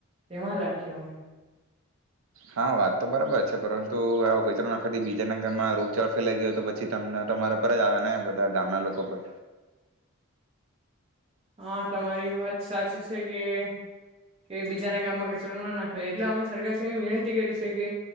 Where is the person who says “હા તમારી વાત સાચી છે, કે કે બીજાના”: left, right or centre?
Right